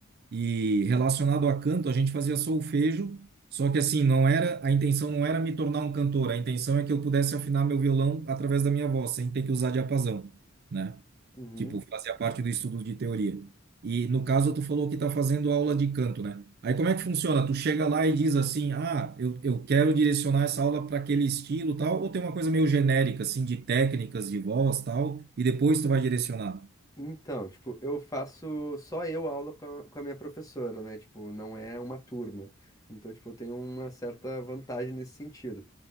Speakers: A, on the right (about 50°); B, on the left (about 15°).
A: E relacionado a canto, a gente fazia solfejo, só que assim, não era, a intenção não era me tornar um cantor, a intenção é que eu pudesse afinar meu violão através da minha voz, sem ter que usar diapasão, né?
B: uhum.
A: Tipo, fazia parte do estudo de teoria. E no caso, tu falou que tá fazendo aula de canto, né? Aí como é que funciona? Tu chega lá e diz assim: ah, eu, eu quero direcionar essa aula para aquele estilo, tal, ou tem uma coisa meio genérica, assim, de técnicas de voz, tal, e depois tu vai direcionar.
B: Então, tipo, eu faço só eu aula com a, com a minha professora, né? Tipo, não é uma turma. Então, tipo, eu tenho uma certa vantagem nesse sentido.